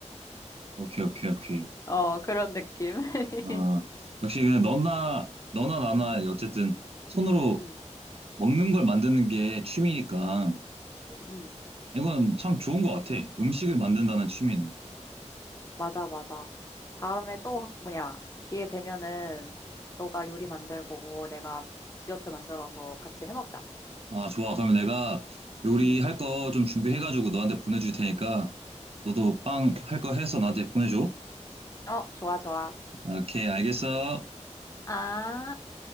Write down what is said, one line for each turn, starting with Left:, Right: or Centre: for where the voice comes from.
Right: 오케이, 오케이, 오케이.
Left: 어, 그런 느낌. <laughs>
Right: 아, 역시 그냥 너나, 너나 나나,
Left: 음,
Right: 어쨌든 손으로
Left: 음,
Right: 먹는 걸 만드는 게 취미니까
Left: 음, 음.
Right: 이건 참 좋은 것 같아. 음식을 만든다는 취미는.
Left: 맞아, 맞아. 다음에 또, 뭐야, 기회 되면은, 너가 요리 만들고, 내가 디저트 만들어서 같이 해먹자.
Right: 아, 좋아. 그러면 내가 요리할
Left: 음.
Right: 거 좀 준비해가지고 너한테 보내줄 테니까 너도 빵 할 거 해서 나한테 보내줘.
Left: 어, 좋아, 좋아.
Right: 오케이, 알겠어.
Left: 아.